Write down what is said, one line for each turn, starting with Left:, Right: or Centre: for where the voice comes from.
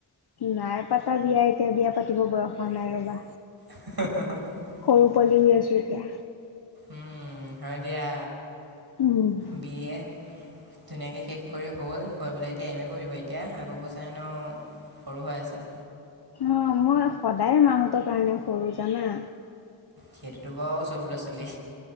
Left: নাই পাতা বিয়া এতিয়া বিয়া পাতিব বয়স হোৱা নাই ৰবা
Right: <unintelligible>
Left: সৰু পোৱালি হৈ আছোঁ এতিয়া
Right: উম হয় দিয়া
Left: উম
Right: বি এ ধুনীয়াকে শেষ কৰি হ'ল হৈ পেলাই এতিয়া এম এ পঢ়িবা এতিয়া আক কৈছা হেনো সৰু হৈ আছা
Left: অঁ মই সদায় মাহঁতৰ কাৰণে সৰু জানা
Right: সেইটোতো বাৰু সব ল'ৰা ছোৱালী